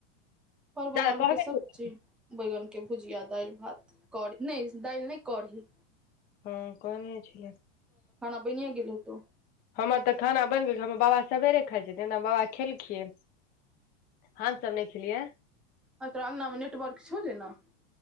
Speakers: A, in the centre; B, on the left (about 25°).
A: परवल
B: जादा
A: आलू
B: कहबे
A: के सब्जी।
B: केलै।
A: बैगनके भुजिया दालि भात करी नहि दालि नहि कढ़ी।
B: हँ कोन होइ छै।
A: बनिया गेलो त
B: हमर तऽ खाना बनि गेलै हमर बाबा सवेरे खाइ छै तेना बाबा खेलखियै। हम सभ नहि खेलियै।
A: हँ तोरा अंगना मे नेटवर्क छौ <unintelligible>